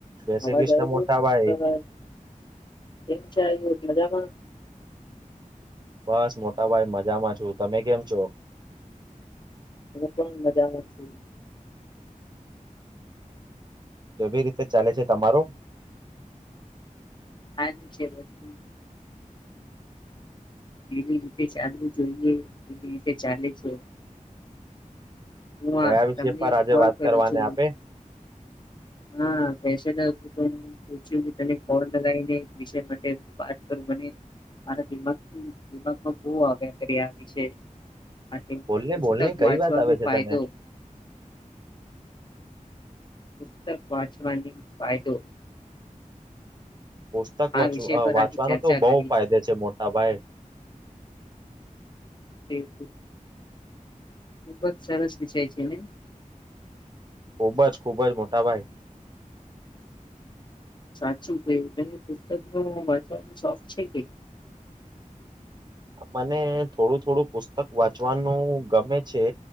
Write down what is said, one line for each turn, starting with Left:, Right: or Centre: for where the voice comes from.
Right: જય શ્રી
Left: અવાજ
Right: કૃષ્ણ
Left: આવે છે
Right: મોટા ભાઈ
Left: તમે કેમ છો મજામાં.
Right: બસ મોટાભાઈ મજામાં છું. તમે કેમ છો?
Left: અમે પણ મજામાં છે.
Right: કેવી રીતે ચાલે છે તમારો
Left: હારુ છે બધું એવી રીતે ચાલવું જોઈએ એવી રીતે ચાલે છે. હું
Right: કયા
Left: આ
Right: વિષય
Left: તમને
Right: પર આજે
Left: કોલ
Right: વાત
Left: કરું
Right: કરવાને
Left: છું
Right: આપે.
Left: હા પસે પૂછ્યું તને ખોર લગાવીને વિષય માટે વાત કરું મને મારા દિમા દિમાગમાં બહ આવ્યા કરી આ વિષ માટે
Right: બોલને
Left: પુસ્તક
Right: બોલને કઈ
Left: વાંચવાનો
Right: વાત આવે છે
Left: ફાયદો
Right: તને
Left: પુસ્તક વાંચવાની ફાયદો.
Right: પુસ્તક
Left: આ વિષય
Right: વા
Left: પર
Right: વાંચવાનો
Left: આજે ચર્ચા
Right: તો બહુ
Left: કરી
Right: ફાયદે છે મોટા ભાઈ
Left: <inaudible> ખુબ જ સરસ વિષય છે ને
Right: ખૂબ જ ખૂબ જ મોટા ભાઈ
Left: સાચું કે તને પુસ્તક નો વાંચવાનો શોખ છે કે
Right: મને થોડું થોડું પુસ્તક વાંચવાનું ગમે છે